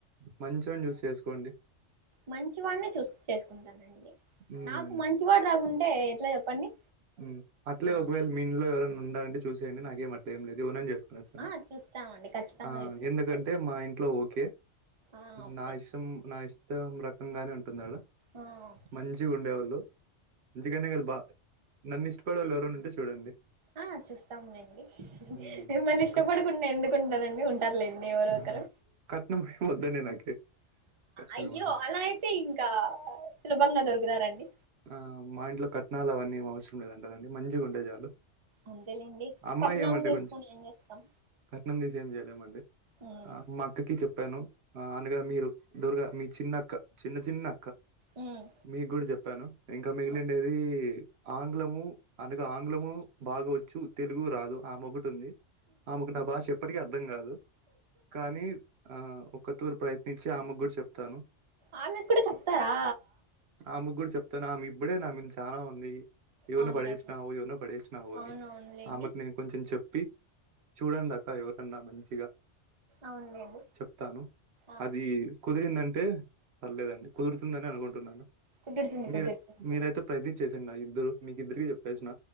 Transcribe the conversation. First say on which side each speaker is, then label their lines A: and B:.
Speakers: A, on the right; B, on the right.
A: మంచోన్ని చూసి చేసుకోండి.
B: మంచివాడిన్నే చూసు చేసుకుంటానండి,
A: ఉమ్
B: నాకు మంచివాడు రాకుంటే ఎట్లా చెప్పండి?
A: ఉమ్ అట్లే
B: ఆ
A: ఒకవేళ మీ ఇంట్లో ఎవరన్నా ఉండాలంటే చూసేయండి, నాకేం అట్లేం లేదు, ఎవరినన్న చేసుకో
B: ఆ చూస్తామండి ఖచ్చితంగా
A: ఆ
B: చూస్తాం
A: ఎందుకంటే మా ఇంట్లో ఓకే.
B: ఆ ఓకే
A: నా ఇష్టం నా ఇష్ మొత్తం రకంగానే ఉంటుందాడ,
B: ఆ ఓకే
A: మంచి గుండెవాళ్ళు చిగానే కాదు బా నన్ను ఇష్టపడే వాళ్ళు ఎవరన్న ఉంటే చూడండి.
B: ఆ చూస్తాము లేండి
A: హ్మ్.
B: మిమ్మల్ని ఇష్టపడుకుండా
A: క
B: ఎందుకుంటారండి, ఉంటారులేండి ఎవరో
A: ఆ!
B: కరు
A: కట్నం ఏం వద్దండి నాకి కట్నం
B: అయ్యో
A: ఏం వద్దు.
B: అలా అయితే ఇంకా సులభంగా దొరుకుతారండి
A: ఆ మా ఇంట్లో కట్నాలు అవన్నీ ఏమవస లేదంటదండి మంచిగుంటె చాలు.
B: అంతేలేండి
A: అమ్మాయి
B: కట్నం
A: ఏమంటే
B: తీసుకొని
A: కొంచెం
B: ఏం చేస్తాం?
A: కట్నం తీసి ఏం చేయలేమండి,
B: ఉమ్,
A: ఆ మా అక్కకి చెప్ ప్పాను అనగా మీరు దుర్గా మీ చిన్న అక్క, చిన్న చిన్న అక్క.
B: ఉమ్,
A: మీకు గుడ చెప్పాను, ఇంకా మిగిలిండేది
B: ఉమ్.
A: ఆంగ్లము అనగా ఆంగ్లము బాగా వచ్చు తెలుగు రాదు, ఆమోకటి ఉంది ఆమెకు నా భాష ఎప్పటికీ అర్థం కాదు, కానీ ఆ ఒకతూరు ప్రయత్నించి ఆమకు గూడ చెప్తాను.
B: ఆమె కూడా చెప్తారా?
A: ఆమెకు కూడా చెప్తాను, ఆమె ఇప్పుడే నా మింద చాలా ఉంది. ఎవర్ని
B: అవునులేండి
A: పడేసినావు ఎవర్ని పడేసినావు
B: అవును
A: అని,
B: అవునులేండి
A: ఆమెకు నేను కొంచెం చెప్ పి చూడండక్క ఎవర్నన్నా మంచిగా
B: అవునులేండి
A: చెప్తాను
B: ఆ
A: అది కుదిరిందం టె పర్లేదండి కుదురుతుందని అనుకుంటున్నాను,
B: కుదురుతుంది
A: మీరు
B: కుదురుతుందిలేండి
A: మీరైతే ప్రయత్నం చేసి ఇద్దరు మీకిద్దరికి చెప్పేసిన,